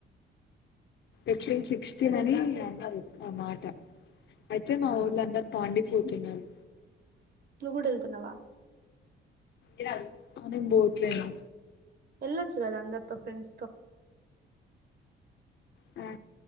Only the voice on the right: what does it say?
ఉహు
నువ్వు కూడా వెళ్తున్నావా,
వెళ్లొచ్చుగా అందరితో ఫ్రెండ్స్ తో